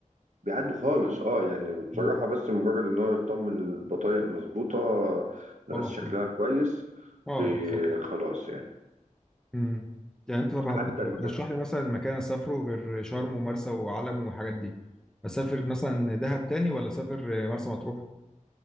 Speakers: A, on the right; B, in the centre.
A: بيعدوا خالص اه يعني بصراحة
B: أمم.
A: بس مجرد ان هو يطمن إن البطايق مظبوطة الناس
B: خلاص
A: شكلها
B: كده
A: كويس
B: اه
A: بي-
B: بالظبط
A: خلاص يعني
B: امم يعني انت طب هت-
A: حتى ال...
B: هترشح لي مثلا مكان اسافره غير شرم ومرسى وعلم والحاجات دي اسافر مثلا دهب تاني ولا اسافر مرسى مطروح